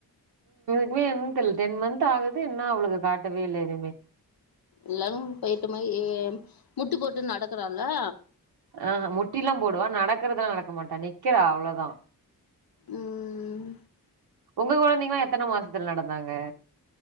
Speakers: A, on the right (about 75°); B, on the left (about 65°).
A: இன்மே என்னான்னு தெர்ல டென் மன்ந்த் ஆகுது இன்னு அவளுக்கு காட்டவே இல்ல எதுவுமே
B: எல்லாரும் போயிட்ட மாரி முட்டி போட்டு நடக்கராளா
A: ஆ முட்டிலாம் போடுவா நடக்கறதுதல்லா நடக்க மாட்டா நிக்கறா அவ்ளோதா
B: ம்
A: ஒங்க கொழந்தைங்களா எத்தன மாசத்துல நடந்தாங்க